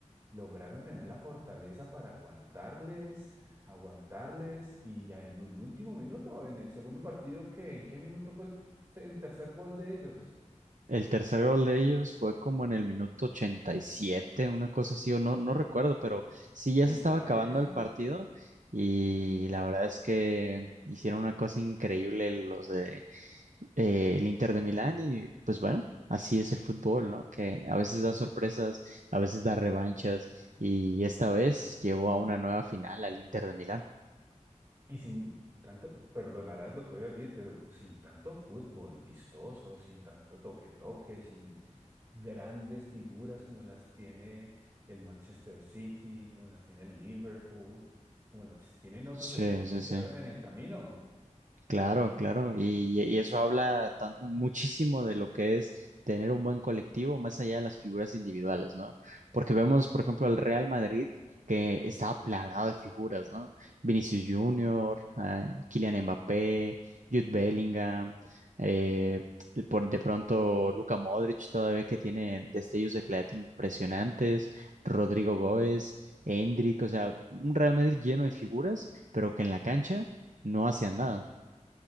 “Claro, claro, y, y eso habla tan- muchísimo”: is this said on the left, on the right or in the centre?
Right